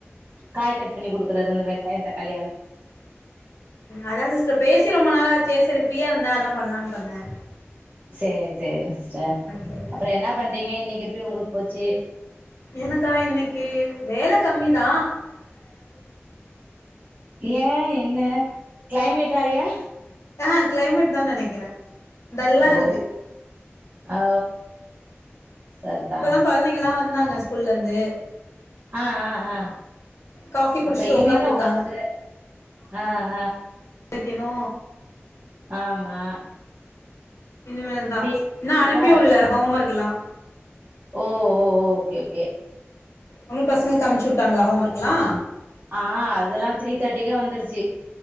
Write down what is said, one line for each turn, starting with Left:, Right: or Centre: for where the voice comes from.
Right: காய் கட் பண்ணி குடுக்குறது இந்த வெங்காயோ தக்காளி அந்
Left: அத பேசி ரொம்ப நாள் ஆச்சே செரி ஃப்ரியா இருந்த அதா பண்ணலான்னு பண்ன
Right: சேரி சேரிங்க சிஸ்டர்
Left: கேக்கு
Right: அப்புறம் என்ன பண்றீங்க இன்னிக்க எப்டி உங்களுக்கு போச்சு
Left: எனக்கா இன்னிக்கு வேலை கம்மிதா
Right: ஏ என்ன கிளைமேட் ஆலையா
Left: ஆஹ் கிளைமேட் தா நெனைக்கிற டல்லா
Right: ஓ
Left: இருக்கு
Right: ஓ சரிதா
Left: இப்பதா கெழந்தைங்கல்லாம் வ வந்தாங்க ஸ்கூல்லருந்து
Right: ஆஹ் ஆஹ் ஆஹ்
Left: காஃபி குடிச்சுட்டு
Right: அப்ப இனிமேதா
Left: உக்காந்துருக்காங்க
Right: ஒர்க்கு ஆஹ் ஆஹ்
Left: க்கினு
Right: ஆமா
Left: இனிமேல்தா
Right: டீ
Left: இன்னோ
Right: குடிச்சாச்சா?
Left: அனுப்பி உள்ளல ஹோம் ஒர்க் லாம்
Right: ஓ ஓ ஓகே ஓகே
Left: உங்க பசங்கக்கு அமிச்சுட்டாங்களா ஹோம் ஒர்குலா
Right: ஆஹ் அதெல்லா த்ரீ தேர்ட்டிக்கே வந்துருச்சு